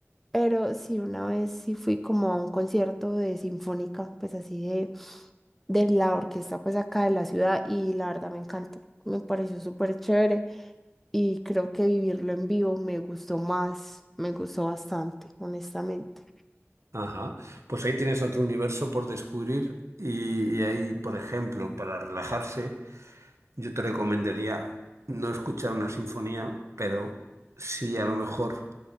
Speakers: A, in the centre; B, on the right (about 80°).
A: pero sí una vez sí fui como a un concierto de sinfónica, pues así de, de la orquesta pues acá de la ciudad y la verdad me encantó, me pareció súper chévere y creo que vivirlo en vivo me gustó más, me gustó bastante, honestamente.
B: Ajá. Pues ahí tienes otro universo por descubrir y, y ahí, por ejemplo, para relajarse, yo te recomendaría no escuchar una sinfonía, pero sí a lo mejor